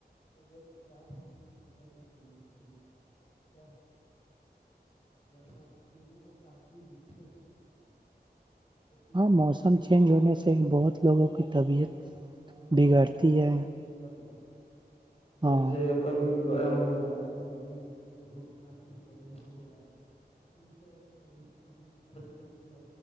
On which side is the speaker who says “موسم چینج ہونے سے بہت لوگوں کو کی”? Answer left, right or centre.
Right